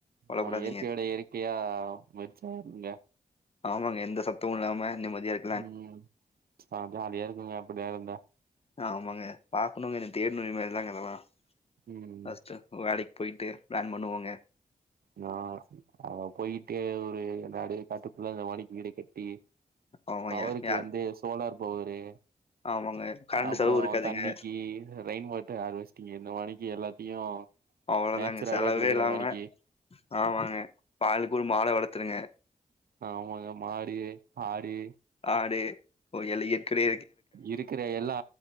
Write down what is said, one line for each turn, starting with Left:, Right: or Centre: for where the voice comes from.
Left: கவலப்படாதீங்க
Right: ஆ இயற்கையோட இயற்கையா மெர்ஜாய்ரனுங்க
Left: ஆமாங்க எந்த சத்தமு இல்லாம நிம்மதியா இரு
Right: ம் ஆ ஜாலியா இருக்குங்க அப்படியே இருந்தா
Left: ஆமாங்க பாக்கணுங்க இனி தேடணுங்க இனிமேல்தாங்க அதெல்லா
Right: ம்
Left: ஃபஸ்ட்டு வேலைக்கு போய்ட்டு பிளான் பண்ணுவோங்க
Right: நா அங்க போயிட்டு ஒரு நடு காட்டுக்குள்ள அந்த மானிக்கி வீடு கட்டி
Left: ஆமா
Right: பவருக்கு
Left: யார்
Right: வந்து சோலார் பவரு
Left: ஆமாங்க கரண்ட்
Right: அப்றோ
Left: செலவு இருக்காதுங்க
Right: தண்ணிக்கு ரெயின் வாட்டர் ஹார்வெஸ்டிங்கு இந்த மாணிக்கு எல்லாத்தையு
Left: அவ்வளோதாங்க
Right: நேச்சராவே
Left: செலவே
Right: குடுக்குற
Left: இல்லாம
Right: மானிக்கி
Left: ஆமாங்க பாலுக்கு ஒரு மாட வளத்துருங்க
Right: ஆமாங்க மாடு ஆடு
Left: ஆடு கோயலு இக்ரு
Right: இருக்கற எல்லா